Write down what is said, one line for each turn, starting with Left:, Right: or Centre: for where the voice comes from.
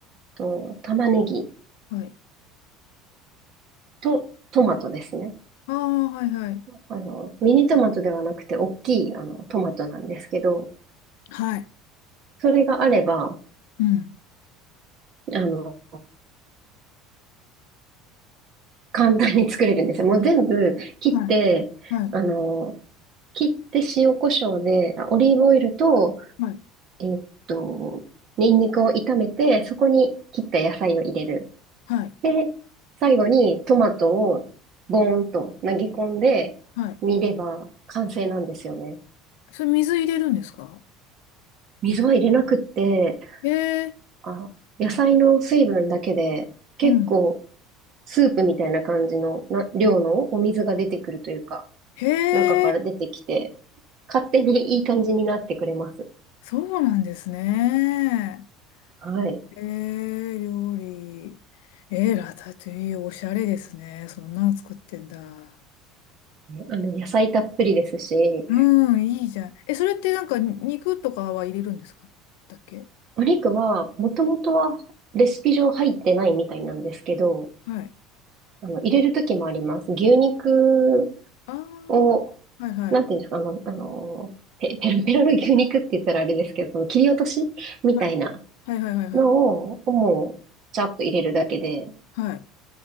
Right: と、玉ねぎ
Left: はい。
Right: と、トマトですね。
Left: ああ、はいはい。
Right: あの、ミニトマトではなくて、大きい、あの、トマトなんですけど、
Left: はい。
Right: それがあれば、
Left: うん。
Right: あの、簡単に作れるんですよ。もう全部切って、
Left: はい。はい。
Right: あの、切って塩コショウで、あオリーブオイルと、
Left: はい。
Right: えーっと、ニンニクを炒めて、そこに切った野菜を入れる。
Left: はい。
Right: で、最後にトマトをボーンと投げ込んで煮れば完成なんですよね。
Left: はい。それ水入れるんですか
Right: 水は入れなくって、
Left: ええ
Right: あ、野菜の水分だけで結構
Left: うん。
Right: スープみたいな感じのな量のお水が出てくるというか、
Left: へ
Right: 中から出てきて、
Left: え、
Right: 勝手にいい感じになってくれます。
Left: そうなんですね。
Right: はい。
Left: ええ料理。ええラタトゥイユ、おしゃれですね。そんなの作ってんだ。
Right: あの、野菜たっぷりですし、
Left: うん、いいじゃん。え、それってなんか肉とかは入れるんですかだっけ
Right: お肉は、もともとはレシピ上入ってないみたいなんですけど、
Left: はい
Right: あの、入れる時もあります。牛肉
Left: ああ、
Right: を、
Left: はいはい。
Right: なんていうんですか、あの、あの、ペ、ペロペロの牛肉って言ったらあれですけど、その切り落としみたいな
Left: はい。はいはいはいはい。
Right: のを、もう、ちゃっと入れるだけで、
Left: はい。